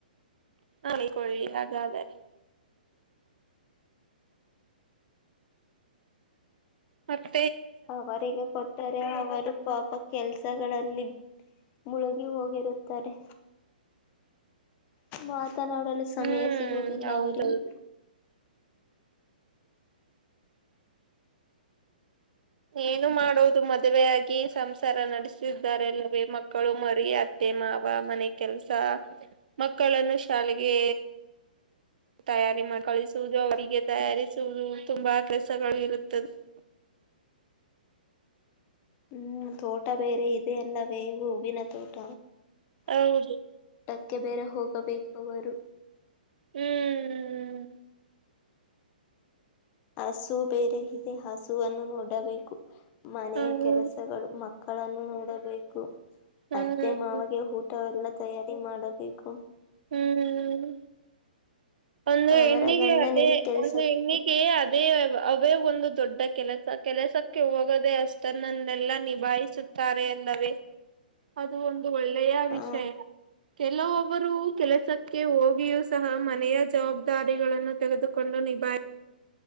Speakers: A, on the right; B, on the left.
A: ಅಂಕೊಳ್ಳಿ ಹಾಗಾದಾರೆ ಮತ್ತ್
B: ಅವರಿಗೂ ಕೊಟ್ಟಾರೆ ಅವರು ಪಾಪ ಕೆಲಸಗಳಲ್ಲಿ ಮುಳುಗಿ ಹೋಗಿರುತ್ತಾರೆ. ಮಾತನಾಡಲು ಸಮಯ
A: ಹ್ಮ್
B: ಸಿಗುವುದಿಲ್ಲ
A: ಹೌದೌದು
B: ಅವರಿಗೆ
A: ಏನು ಮಾಡೋದು ಮದುವೆೆಯಾಗಿ ಸಂಸಾರ ನಡೆಸಿದ್ದಾರೆ ಅಲ್ಲವೇ ಮಕ್ಕಳು ಮರಿ ಅತ್ತೆ ಅತ್ತೆ ಮಾವ ಮನೆ ಕೆಲಸ ಮಕ್ಕಳನ್ನು ಶಾಲೆಗೆ ತಯಾರಿ ಮಾಡಿ ಕಳಿಸುವುದು ಅವರಿಗೆ ತಯಾರಿಸುವುದು ತುಂಬಾ ಕೆಲಸಗಳು ಇರುತ್ತದೆ. <unintelligible>
B: ಹ್ಮ್ ತೋಟ ಬೇರೆ ಇದೆ ಅಲ್ಲವೇ ಹೂವಿನ ತೋಟ
A: ಹೌದು
B: ಕ್ಕೆ ಬೇರೆ ಹೋಗಬೇಕು ಅವರು
A: ಹ್ಮ್ ಹ್ಮ್
B: ಹಸು ಬೇರೆ ಇದೆ ಹಸುವನ್ನು ನೋಡಬೇಕು ಮನೆಯ
A: ಹೌದು
B: ಕೆಲಸಗಳು ಮಕ್ಕ್ ಕ್ಕಳನ್ನು ನೋಡಬೇಕು
A: ಹ್ಮ್
B: ಅತ್ತೆ ಮಾವಗೆ ಊಟವೆಲ್ಲ ತಯಾರಿ ಮಾಡಬೇಕು
A: ಹ್ಮ್ ಒಂದು
B: ಅವರ
A: ಹೆಣ್ಣಿಗೆ
B: ಗಂಡನಿಗೆ
A: ಅದೇ
B: ಕೆಲ್ಸಕ್ಕೆ
A: ಒಂದು ಹೆಣ್ಣಿಗೆ ಅದೇ ಅಭ್ ಅದೇ ಒಂದು ದೊಡ್ಡ ಕೆಲಸ ಕೆಲಸಕ್ಕೆ ಹೋಗದೆ ಅಷ್ಟನ್ನನ್ನೆಲ್ಲ ನಿಭಾಯಿಸುತ್ತಾರೆ ಅಲ್ಲಾವೇ ಅದು ಒಂದು ಒಳ್ಳೆಯ
B: ಹ
A: ವಿಷಯ ಕೆಲವೊಬ್ಬರು ಕೆಲಸಕ್ಕೆ ಹೋಗಿಯೂ ಸಹ ಮನೆಯ ಜವಾಬ್ದಾರಿಗಳನ್ನು ತೆಗೆದುಕೊಂಡು ನಿಭಾಯಿತ